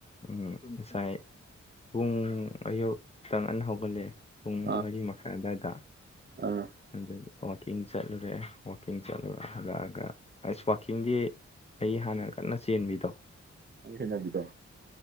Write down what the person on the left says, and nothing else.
ꯎꯝ ꯉꯁꯥꯏ ꯄꯨꯡ ꯑꯌꯨ ꯈꯔ ꯉꯟ ꯍꯧꯒꯠꯂꯦ ꯄꯨꯡ
ꯃꯔꯤ ꯃꯈꯥꯏ ꯑꯗꯨꯋꯥꯏꯗ <unintelligible>
<unintelligible> ꯋꯥꯋꯥꯛꯀꯤꯡ ꯆꯠꯂꯨꯔꯦ ꯋꯥꯋꯥꯛꯀꯤꯡ ꯆꯠꯂꯨꯔ ꯍꯜꯂꯛꯑꯒ ꯑꯁ ꯋꯥꯋꯥꯛꯀꯤꯡꯗꯤ ꯑꯩ ꯍꯥꯟꯅ ꯀꯟꯅ ꯆꯦꯟꯕꯤꯗꯣ